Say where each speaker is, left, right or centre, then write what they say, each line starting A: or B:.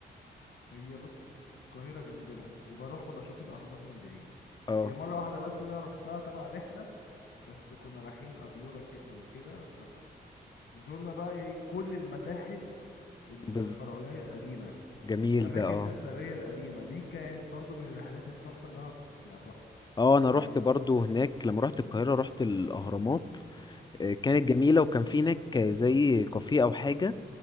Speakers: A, on the left; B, on the left.
A: هي بص القاهرة جنبنا وبروحها بشوف الأهرامات من بعيد
B: اه
A: هي مرة واحدة بس إن أنا روحتها تبع رحلة بس كنا رايحين أديورة ك- وكده فزورنا بقى إيه كل المتاحف الفرعونية
B: بز...
A: القديمة
B: جميل
A: والأماكن
B: ده اه
A: الأثرية القديمة دي كانت برضو من رحلات التحفة اللي أنا ط- طلعتها
B: اه انا رحت
A: يعني
B: برضو
A: دي
B: هناك لما رحت القاهرة رحت الاهرامات آه، كانت
A: مم.
B: جميلة وكان في هناك زي كافيه او حاجة